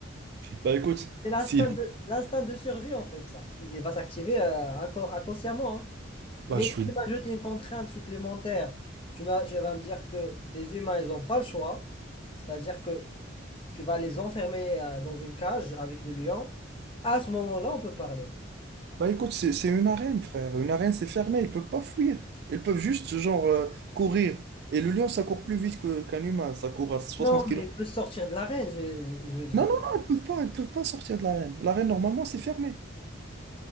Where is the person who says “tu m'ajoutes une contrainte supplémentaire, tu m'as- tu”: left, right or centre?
Left